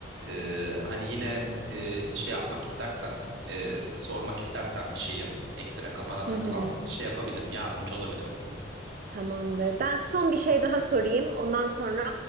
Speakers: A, on the right (about 75°); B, on the right (about 45°).
A: Ee, hani yine e, şey yapmak istersen, e, sormak istersen bir şeyi ekstra kafana takılan
B: Hı hı.
A: şey yapabilirim, yardımcı olabilirim.
B: Tamamdır. Ben son bir şey daha sorayım. Ondan sonra